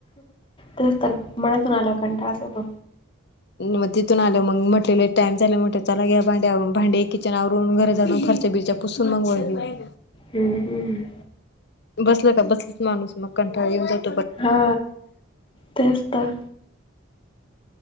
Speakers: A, on the left; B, on the left.
A: तेच तर मनातून आलं कंटा असं प
B: मग तिथून आलं मग म्हटलेलं टाइम झाला म्हट चला घ्या भांड्यावरून भांडे किचनावरून घर जाडून खर्च्या बिरच्या पुसून मगवा घे
A: हम्म हम्
B: बसलं का बसलाच माणूस मग कंठाळ येऊन जात
A: हा तेच तर